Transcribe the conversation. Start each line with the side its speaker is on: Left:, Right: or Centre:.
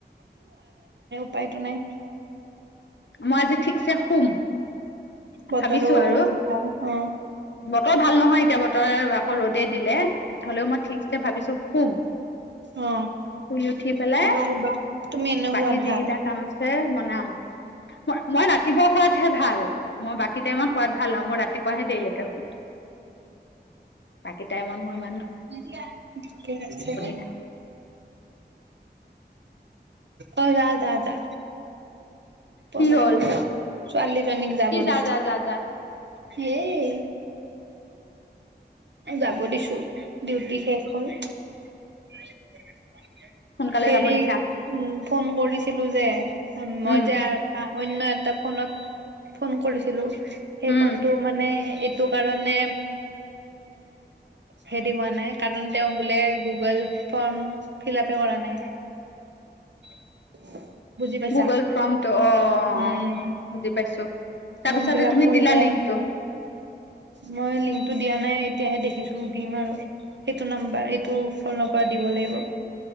Right: উপাইতো নাই।
Left: মই আজি ঠিকছে শুম।
Right: বতৰো
Left: ভাবিছো আৰু
Right: ভাল অ
Left: বতৰ ভাল নহয় এতিয়া। বতৰ আৰু বাগ ৰ'দে দিলে হলেও মই ঠিকছে ভাবিছো শুম,
Right: অ
Left: শুই উঠি পেলাই
Right: শুবা শুবা তুমি এনে শুৱাত
Left: বাকী
Right: ভাল
Left: যিকেইটা কাম আছে। বনাম, মই ৰাত ৰাতিপোৱাত খোৱাতহে ভাল মই বাকী টাইমত খোৱাত ভাল ন মই ৰাতিপুৱাহে দেইলেকে শুম বাকী টাইম মন মই মাত
Right: থিকে আছে
Left: নাহে
Right: <inaudible> অ জা-জা-জা তমা
Left: কি হ'ল
Right: ছোৱালীজনীক যাব
Left: কি যা
Right: দিছো।
Left: যা যা যা
Right: হেই যাব দিছো ডিউটি শেষ হ'ল। <unintelligible>
Left: সোনকালে
Right: হেৰি
Left: যাব দিছা
Right: উম ফোন কৰিছিলো যে, মই
Left: উম
Right: যে অনয় এট টা ফোনত ফোন কৰিছিলো। সেই
Left: উম
Right: ফোনটো মানে এট টো কাৰণে এ হেৰি হোৱা নাই। কাৰণ তেওঁ বোলে গুগল ফৰ্ম ফিল আপে কৰা নাই। <unintelligible> বুজি পাইছা,
Left: গুগল ফৰ্মটো অ
Right: উম
Left: অ বুজি পাইছো তাৰপিছতে
Right: <unintelligible> ফিল আপ
Left: তুমি
Right: কৰিলেহে
Left: দিলা লিংকটো
Right: মই লিংকটো দিয়া নাই। তেতিয়াহে দেখিছো দিম আৰু সেইটো নাম্বাৰ এইটো ফনৰ পৰা দিব লাগিব।